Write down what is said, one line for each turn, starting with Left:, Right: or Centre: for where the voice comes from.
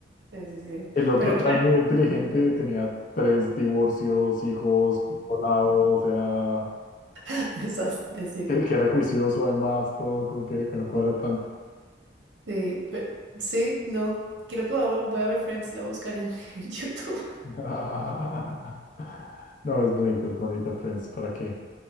Right: Sí, sí, sí.
Left: El otro
Right: Pero
Left: que
Right: claro,
Left: era muy inteligente tenía tres divorcios, hijos, volado, o sea,
Right: <laughs> desastre, sí.
Left: que, que era juicioso además, todo como que, que no cuadra tanto.
Right: Sí, pe- sí, no. Creo que voy a, vo- voy a ver Friends, la voy a buscar en, <laughs> en YouTube,
Left: <laughs> No, es bonito, es bonito, Friends, ¿para qué?